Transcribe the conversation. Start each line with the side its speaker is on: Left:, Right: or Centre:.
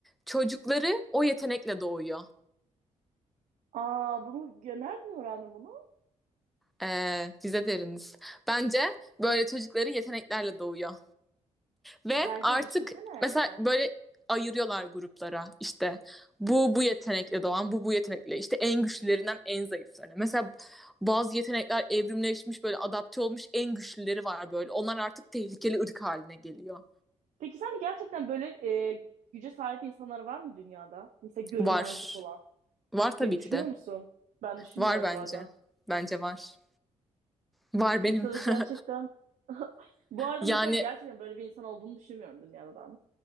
Centre: çocukları o yetenekle doğuyor.
Right: Aa bunu ya nereden öğrendin bunu?
Centre: E, bize deriniz. Bence böyle çocukları yeteneklerle doğuyor. Ve
Right: Bence
Centre: artık
Right: düşünsene.
Centre: mesela böyle ayırıyorlar gruplara işte bu bu yetenekle doğan bu bu yetenekle işte en güçlülerinden en zayıflarına. Mesela bazı yetenekler evrimleşmiş böyle adapte olmuş en güçlüleri var böyle. Onlar artık tehlikeli ırk haline geliyor.
Right: Peki sen de gerçekten böyle e, güce sahip insanlar var mı dünyada? Mesela görünmezlik
Centre: Var.
Right: olan
Centre: Var tabii
Right: diye düşünüyor
Centre: ki de.
Right: musun? Ben düşünmüyorum
Centre: Var bence.
Right: bu arada.
Centre: Bence var. Var benim.
Right: Mesela gerçekten
Centre: <laughs>
Right: <laughs> bu arada
Centre: Yani
Right: mesela gerçekten böyle bir insan olduğunu düşünmüyorum dünyada ben.